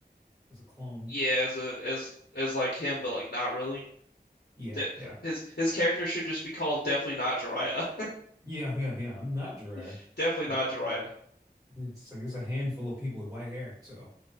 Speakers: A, on the right; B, on the left.
A: as a clone.
B: Yeah, as a as as like him, but like not really.
A: Yeah,
B: That
A: yeah,
B: his his character should just be called definitely not Jiraiya.
A: yeah, yeah, yeah. I'm not Jiraiya.
B: <laughs> Definitely
A: Like
B: not Jiraiya.
A: it's like there's a handful of people with white hair. So,